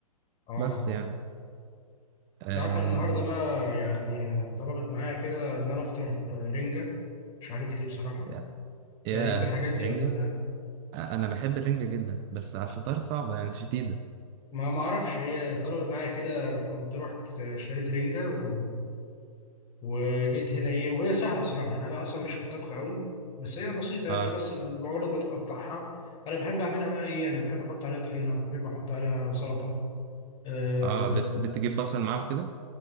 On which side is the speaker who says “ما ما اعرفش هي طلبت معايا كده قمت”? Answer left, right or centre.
Left